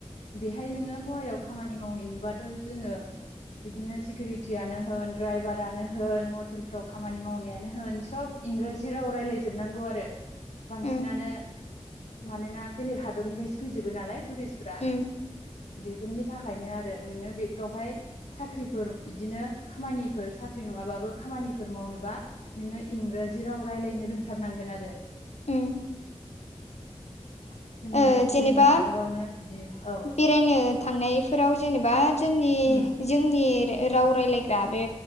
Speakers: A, on the left (about 85°); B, on the left (about 70°).
A: बेहाय नोङो गहायाव खामानि मावहैनोबाथ' जोङो इदिनो सिकिउरिटियानो होन ड्राइभारानो होन हट टेलफ्राव खामानि मावनायानो होन सब इंराजि राव रायलायजोबनांगौ आरो बांसिनानो
B: उम
A: मानोना बेलेग हादरनिफायसो फैजोबो नालाय टुरिस्टफ्रा
B: उम
A: बेफोरनि थाखायनो आरो नोङो बेफ्रावहाय साख्रिफोर इदिनो खामानिफोर साख्रि नङाबाबो खामानिफोर मावनोबा नोङो इंराजि राव रायज्लायनो रोंथारनांगोन आरो।
B: उम।
A: <inaudible>
B: ओ जेनेबा
A: जोंनि हादरावनो बिदि औ
B: बेरायनो
A: दे
B: थांनायफोराव जेनेबा जोंनि।
A: उम
B: जोंनि राव रायलायग्रा बे